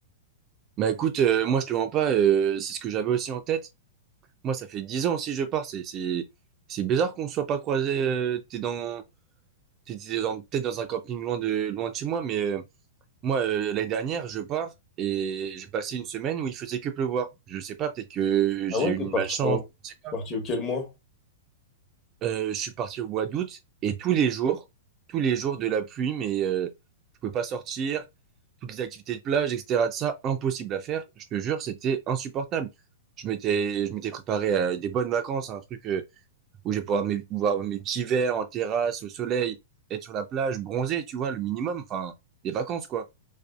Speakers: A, on the right (about 35°); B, on the left (about 30°).
A: Bah écoute, euh, moi, je te mens pas. euh, c'est ce que j'avais aussi en tête. Moi, ça fait 10 ans aussi que je pars. C'est, c'est, c'est bizarre qu'on ne soit pas croisés. euh, t'es dans C'était dans- peut-être dans un camping loin de, loin de chez moi, mais euh, moi, euh, l'année dernière, je pars et j'ai passé une semaine où il faisait que pleuvoir. Je sais pas, peut-être que j'ai
B: Ah ouais,
A: eu
B: t'es
A: une
B: parti
A: malchance,
B: en... t'es
A: je sais pas.
B: parti auquel mois?
A: Euh, je suis parti au mois d'août et tous les jours, tous les jours de la pluie, mais euh, je pouvais pas sortir, toutes les activités de plage, etc. de ça, impossible à faire. Je te jure, c'était insupportable. Je m'étais, je m'étais préparé à des bonnes vacances, un truc euh, où je vais pouvoir mes, boire mes petits verres en terrasse, au soleil, être sur la plage, bronzer, tu vois, le minimum, enfin, des vacances, quoi.